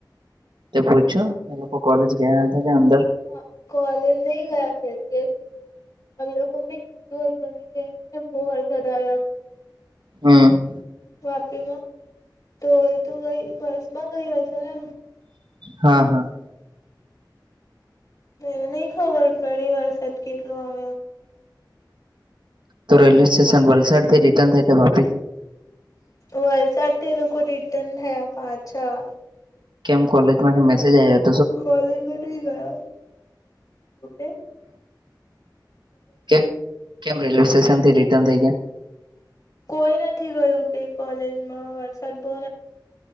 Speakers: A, on the right (about 80°); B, on the left (about 55°).
A: તે પૂછ્યું એ લોકો કોલેજ ગયા હતા, કે અંદર
B: હા, કોલેજ ન ગયા કેતી અમે લોકો મેં કીધું હતું જે ને ને બહુ વરસાદ આવ્યા
A: હમ
B: વાપી માં ધોલ તું ગઈ બસ માં ગઈ હશે ને
A: હા હા
B: ને નહી ખબર પરિ વરસાદ કેટલો આવ્યા કરે
A: તો રેલવે સ્ટેશન વલસાડ થી રિટર્ન થાય કે વાપરી થી.
B: વલસાડ તેટે લોકો રિટર્ન થયા પાછા
A: કેમ કોલેજ માટે મેસેજ આવ્યા હતા.
B: કોલેજમાં તો ગયા હ સુપ
A: કેમ કેમ રેલવે સ્ટેશન થી રિટર્ન થઇ ગયા.
B: કોઈ નથી ગયું કે કોલેજમાં વરસાદ બો